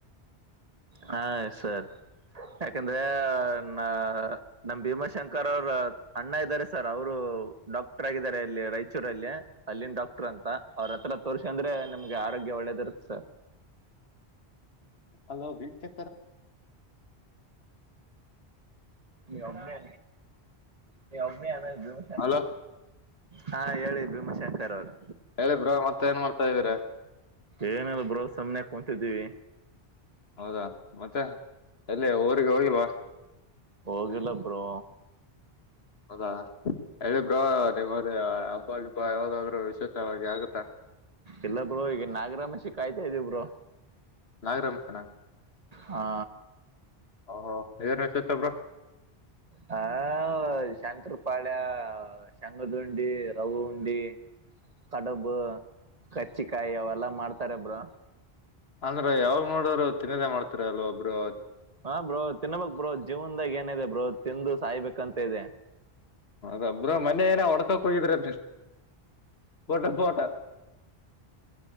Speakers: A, on the right; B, on the left.
A: ಹಾ ಸರಿ ಯಾಕಂದ್ರೆ ನ ನಮ್ ಭೀಮಾಶಂಕರ್ ಅವರ ಅಣ್ಣ ಇದ್ದಾರೆ ಸರ್ ಅವರು ಡಾಕ್ಟರ್ ಆಗಿದ್ದಾರೆ ಅಲ್ಲಿ ರಾಯಚೂರು ಅಲ್ಲಿನ ಡಾಕ್ಟರ್ ಅಂತ ಅವ್ರ ಹತ್ರ ತೋರ್ರಿಸಿ ಅಂದ್ರೆ ನಮ್ಗೆ ಯಾರ ಹದಸ
B: ಅಲ ವೀ ಚೆ
A: ನೀ ಒಮ್ಮೆ ನೀ ಒಮ್ಮೆ ಅ
B: ಹಲೋ
A: ಹಾ ಹೇಳಿ ಭೀಮಾಶಂಕರ್ ಅವರು
B: ಹೇಳಿ ಬ್ರೋ ಮತ್ತೆ ಏನ್ ಮಾಡ್ತಾ ಇದೀರಾ
A: ಏನಲ್ಲ ಬರ ಸನೆಯ ಕುಂತಿದ್ದೀವಿ
B: ಹೌದಾ ಮತ್ತೆ ಅಲ್ಲೇ ಊರಿಗೆ ಹೋಗಿಲ್ವಾ
A: ಹೋಗಿಲ್ಲ ಬ್ರೋ
B: ಹೌದಾ ಹೇಳಿಬ್ರಾ ನಿಮ್ಮದ ಅಬ್ಬ ಗಿಬ್ಬಾ ಯಾವ್ದಾದ್ರರು ವಿಶೇಷವಾಗಿ ಆಗುತ್ತಾ
A: ಇಲ್ಲ ಬ್ರೋ ಈಗ ನಾಗರಾಮಸಿ ಕಾಯ್ತಾ ಇದ್ದೀ ಬ್ರೋ
B: ನಾಗರಮಸನ
A: ಹಾ
B: ಹ ಏನ್ ಹೆಚ್ಚತ್ಬ್ರ
A: ಹ ಶಂಕರ ಪಾಳ್ಯ ಶಂಗದುಂಡಿ ರಹ ಉಂಡಿ ಕಡಬು ಕಚ್ಚಿಕಾಯಿ ಅವೆಲ್ಲಾ ಮಾಡ್ತಾರಬರು
B: ಅಂದ್ರ ಯಾವಾಗ್ ನೋಡರು ತಿನ್ನದೇ ಮಾಡ್ತಾರ ಅಲ್ವ ಒಬ್ರು
A: ಹಾ ಬ್ರೋ ತಿನ್ಬೇಕಕ್ ಬ್ರೋ ಜೀವನ್ದಾಗ ಏನಿದೆ ಬ್ರೋ ತಿಂದು ಸಾಯ್ಬೇಕಂತ ಇದೆ
B: <unintelligible> ಮನೆಯನ ವಡ್ಕಕ್ ಕೊಯಿದ್ರ <unintelligible> ತೋಟ